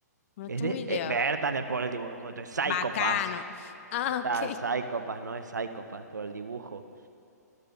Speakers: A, on the left; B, on the right.
A: No
B: Que
A: tengo
B: es de.
A: idea.
B: Eh, Bertale por el dibujo. Esto es Psychopass.
A: Bacano. <laughs> Ah,
B: Ahí está,
A: ok.
B: Psychopass, no es Psychopass, por el dibujo.